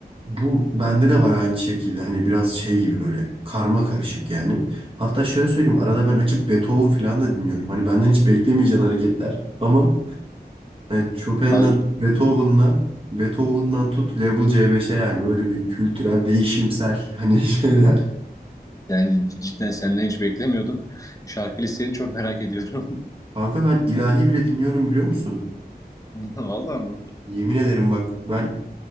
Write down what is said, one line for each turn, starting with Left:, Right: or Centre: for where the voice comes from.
Right: Bu bende de var aynı şekilde hani biraz şey gibi böyle karma karışık yani. Hatta şöyle söyleyeyim arada ben açıp Beethoven falan da dinliyorum. Hani benden hiç beklemeyeceğin hareketler ama yani Chopin'den
Left: Ay,
Right: Beethoven'la Beethoven'dan tut Level C5'e yani böyle bir kültürel değişimsel hani <laughs> şeyler.
Left: Yani cidden senden hiç beklemiyordum. Şarkı listeni çok merak ediyorum.
Right: Kanka ben ilahi bile dinliyorum biliyor musun?
Left: <laughs> Vallahi mı?
Right: Yemin ederim bak ben